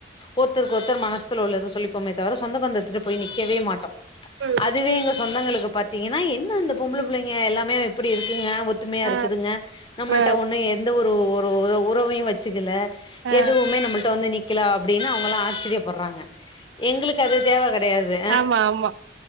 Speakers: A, on the left; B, on the right.
A: ஒருத்தருக்கு ஒருத்தர் மனசுல உள்ளத சொல்லிப்போமே தவற சொந்த பந்ததுத்த போய் நிக்கவே மாட்டோம் ம்ச்
B: ம்
A: அது இதுவே எங்க சொந்தங்களுக்கு பாத்தீங்கன்னா என்ன அந்த பொம்பள புள்ளைங்க எல்லாமே அப்படி இருக்குங்க ஒத்துமையா இருக்குதுங்க
B: ஆ
A: நம்மள்ட்ட
B: ஆ
A: ஒண்ணு எந்த ஒரு ஒ ஒரு உறவையு வச்சுக்கல
B: ஆ
A: எதுவுமே நம்மல்ட்ட வந்து நி க்கிலா அப்டீனு அவுங்களா ஆச்சிரியப்பட்றாங்க எங்களுக்கு அது தேவ கெடயாது
B: ஆமா ஆமா